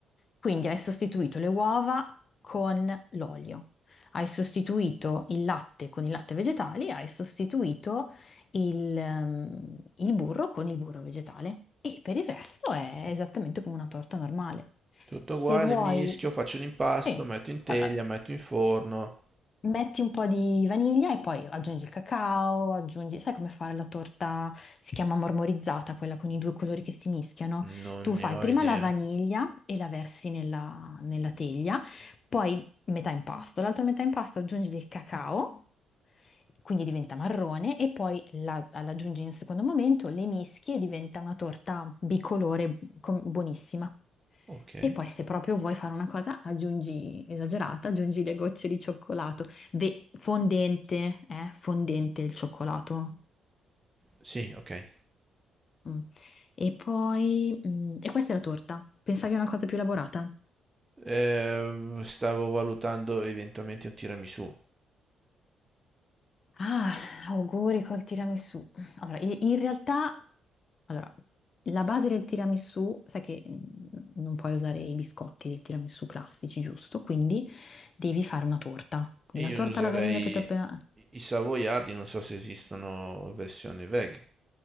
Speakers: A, on the left; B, on the right.
A: Quindi hai sostituito le uova con l'olio, hai sostituito il latte con il latte vegetale, hai sostituito il, ehm, il burro con il burro vegetale e per il resto è esattamente come una torta normale.
B: Tutto
A: Se
B: uguale,
A: vuoi,
B: mischio, faccio l'impasto,
A: sì, eh,
B: metto in teglia,
A: eh,
B: metto in forno.
A: Metti un po' di vaniglia e poi aggiungi il cacao, aggiungi... Sai come fare la torta? Si chiama marmorizzata, quella con i due colori che si mischiano.
B: Non
A: Tu fai
B: ne ho
A: prima
B: idea.
A: la vaniglia e la versi nella, nella teglia, poi metà impasto, l'altra metà impasto aggiungi del cacao, quindi diventa marrone, e poi la, la aggiungi in un secondo momento, le mischi e diventa una torta bicolore com- buonissima.
B: Ok.
A: E poi se proprio vuoi fare una cosa, aggiungi, esagerata, aggiungi le gocce di cioccolato, Ve- fondente, eh, fondente il cioccolato.
B: Sì, ok.
A: Mm. E poi, mm, e questa è la torta. Pensavi a una cosa più elaborata?
B: Eh, stavo valutando eventualmente un tiramisù.
A: Ah, auguri col tiramisù. Allora, i- in realtà, allora, la base del tiramisù, sai che mm, non puoi usare i biscotti del tiramisù classici, giusto? Quindi devi fare una torta. Quindi
B: E io
A: la torta
B: userei
A: alla vaniglia che ti ho appena...
B: i savoiardi, non so se esistono versione veg.